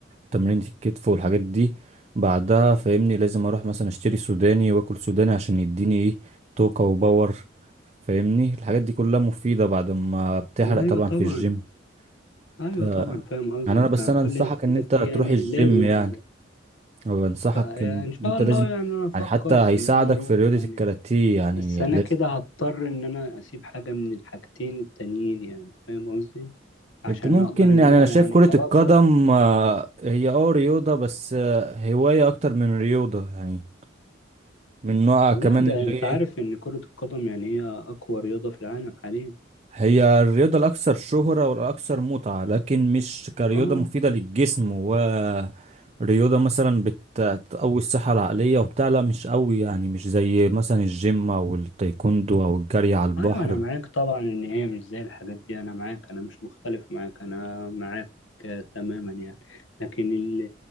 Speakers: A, on the right (about 35°); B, on the left (about 85°).
A: تمرينه الكتف والحاجات دي بعدها فاهمني لازم اروح مثلا اشتري سوداني واكل سوداني عشان يديني ايه طاقه وباور فاهمني الحاجات دي كلها مفيده بعد ما بتحرق
B: أيوة
A: طبعا
B: طبعا
A: في الجيم
B: أيوة
A: ف-
B: طبعا فاهم قصدك
A: يعني انا بس
B: آه،
A: انا
B: كل
A: انصحك
B: الحاجات
A: ان انت
B: دي
A: تروح
B: يعني
A: الجيم
B: لازم
A: يعني
B: تعمل
A: أنا بنصحك
B: فإن
A: ان
B: شاء
A: انت
B: الله
A: لازم
B: يعني أنا أفكر
A: يعني حتى هيساعدك
B: إن أنا أروح
A: في رياضة
B: يعني
A: الكاراتيه يعني
B: بس انا
A: لازم
B: كده هضطر ان انا اسيب حاجة من الحاجتين التانيين يعني فاهم قصدي عشان
A: انت ممكن
B: اقدر ان
A: يعني
B: انا
A: انا شايف
B: يعني
A: كرة
B: اوفق
A: القدم آه، هي اه رياضة بس آه، هواية اكتر من رياضة يعني من نوع
B: لا
A: كمان
B: ده
A: اللي
B: انت
A: هي
B: عارف
A: ايه
B: ان كرة القدم يعني هي اقوى رياضة في العالم حاليا
A: هي الرياضة الاكثر شهرة والاكثر متعة لكن مش كرياضة
B: اه
A: مفيدة للجسم ورياضة مثلا بت- بتقوي الصحة العقلية وبتاع لا مش قوي يعني مش زي مثلا الجيم او التايكوندو او الجري على البحر
B: ايوه انا معاك طبعا ان هي مش زي الحاجات دي انا معاك انا مش مختلف معاك انا معاك آه، تماما يعني لكن ال-